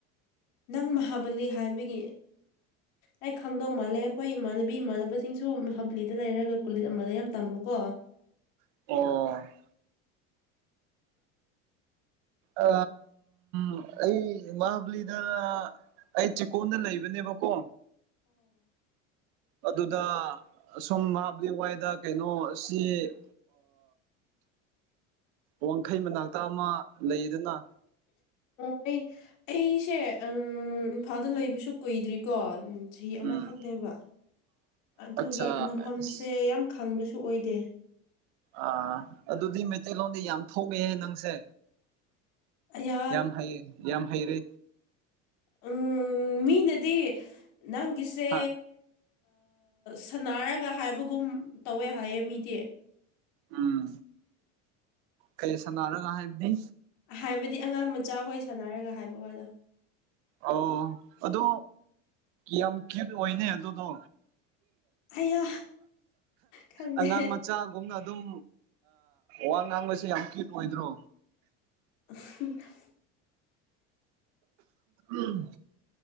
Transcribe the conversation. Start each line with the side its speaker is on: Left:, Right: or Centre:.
Left: ꯅꯪ ꯃꯍꯥꯕꯂꯤ ꯍꯥꯏꯕꯒꯤ ꯑꯩ ꯈꯪꯗꯧ ꯃꯥꯜꯂꯦ ꯑꯩꯈꯣꯏ ꯏꯃꯥꯟꯅꯕꯤ ꯏꯃꯥꯟꯅꯕꯁꯤꯡꯁꯨ ꯍꯕꯂꯤꯗ ꯂꯩꯔꯒ ꯀꯣꯂꯖ ꯑꯃꯗ ꯌꯥꯝ ꯇꯝꯕꯀꯣ
Right: ꯑꯣ ꯑ ꯎ ꯑꯩ ꯃꯕꯂꯤꯗ ꯑꯩ ꯆꯤꯀꯣꯟꯗ ꯂꯩꯕꯅꯦꯕꯀꯣ ꯑꯗꯨ ꯑ ꯁꯨꯝꯝ ꯅꯍꯥꯕꯂꯤ ꯋꯥꯏꯗ ꯀꯩꯅꯣ ꯁꯤ <inaudible> ꯋꯥꯡꯈꯩ ꯃꯅꯥꯛꯇ ꯑꯃ ꯂꯩꯗꯨꯅ
Left: ꯑꯣ ꯑꯩ ꯑꯩꯁꯦ ꯏꯝꯐꯥꯜꯗ ꯂꯣꯏꯕꯁꯨ ꯀꯨꯏꯗ꯭ꯔꯤꯀꯣ ꯆꯍꯤ
Right: ꯎꯝ
Left: ꯑꯃꯈꯛꯅꯦꯕ ꯑꯗꯨꯒꯤ
Right: ꯑꯠꯆꯥ
Left: ꯃꯐꯝꯁꯦ
Right: ꯑꯁ
Left: ꯌꯥꯝ ꯈꯪꯕꯁꯨ ꯑꯣꯏꯗꯦ
Right: ꯑꯥ ꯑꯗꯨꯗꯤ ꯃꯩꯇꯩꯂꯣꯟꯗꯤ ꯌꯥꯝ ꯊꯣꯛꯑꯦ ꯅꯪꯁꯦ
Left: ꯑꯌꯥ
Right: ꯌꯥꯝ ꯍꯩ ꯌꯥꯝ ꯍꯩꯔꯦ
Left: ꯎꯝ ꯃꯤꯅꯗꯤ ꯅꯪꯒꯤꯁꯦ
Right: ꯍꯥ
Left: ꯁꯥꯟꯅꯔꯒ ꯍꯥꯏꯕꯒꯨꯝ ꯇꯧꯋꯦ ꯍꯥꯏꯌꯦ ꯃꯤꯗꯤ
Right: ꯎꯝ ꯀꯩ ꯁꯟꯅꯔꯥꯒ ꯍꯥꯢꯕꯗꯤ
Left: ꯍꯥꯏꯕꯗꯤ ꯑꯉꯥꯡ ꯃꯆꯥꯍꯣꯏ ꯁꯥꯟꯅꯔꯒ ꯍꯥꯏꯕ ꯋꯥꯗꯣ
Right: ꯑꯣ ꯑꯗꯣ ꯌꯥꯝ ꯀ꯭ꯌꯛ ꯑꯣꯏꯅꯦ ꯑꯗꯨꯗꯣ
Left: ꯑꯌꯥ ꯈꯪꯗꯦ
Right: ꯑꯉꯥꯡ ꯃꯆꯥ ꯨꯝꯅ ꯑꯗꯨꯝ ꯋꯥ ꯉꯥꯡꯕꯁꯦ ꯌꯥꯝ ꯀ꯭ꯌꯨꯠ ꯑꯣꯏꯗ꯭ꯔꯣ
Left: ꯎꯝ <inaudible>
Right: ꯎꯝ